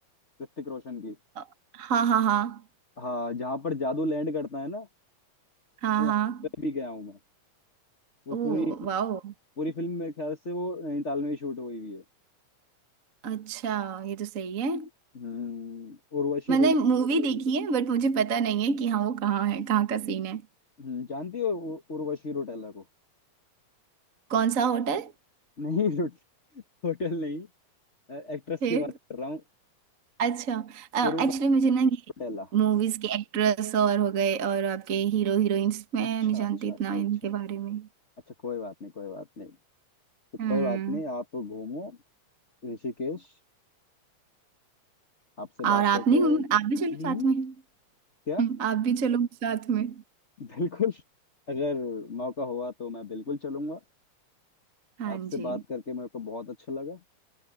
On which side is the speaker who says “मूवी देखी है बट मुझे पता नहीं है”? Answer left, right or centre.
Right